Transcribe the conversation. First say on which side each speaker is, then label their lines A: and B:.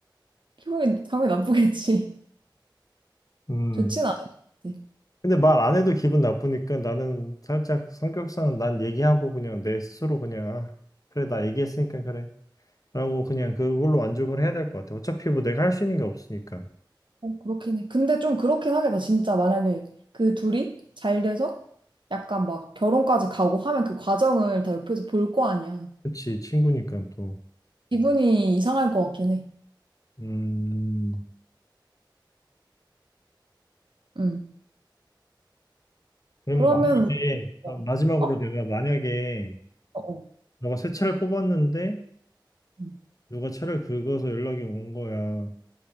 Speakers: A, on the right (about 75°); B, on the left (about 45°).
A: 기분이 당연히 나쁘겠지. <laughs>
B: 음.
A: 좋진 않을 것 같아.
B: 근데 말 안 해도 기분 나쁘니까 나는 살짝 성격상 난 얘기하고 그냥 내 스스로 그냥 아, 그래 나 얘기했으니까 그래. 라고 그냥 그걸로 만족을 해야 될 것 같아. 어차피 뭐 내가 할 수 있는 게 없으니까.
A: 어, 그렇긴 해. 근데 좀 그렇긴 하겠다. 진짜 만약에 그 둘이 잘 돼서 약간 막 결혼까지 가고 하면 그 과정을 다 옆에서 볼 거 아니야.
B: 그치, 친구니까 또.
A: 기분이 이상할 것 같긴 해.
B: 음,
A: 응.
B: 그럼
A: 그러면
B: 만약에,
A: 우리, 뭐,
B: 아, 마지막으로
A: 어?
B: 내가 만약에
A: 어? 어.
B: 너가 새 차를 뽑았는데
A: 응.
B: 누가 차를 긁어서 연락이 온 거야.